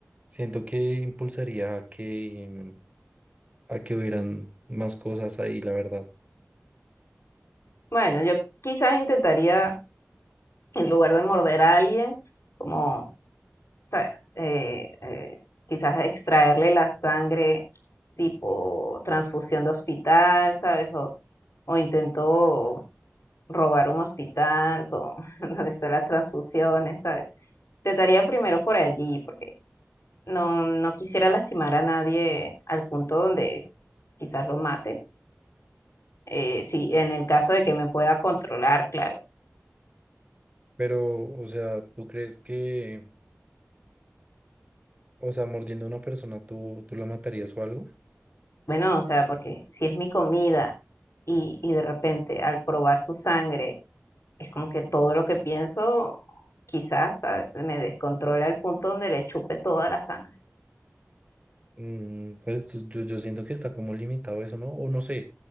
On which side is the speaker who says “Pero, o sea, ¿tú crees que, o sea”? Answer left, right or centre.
Right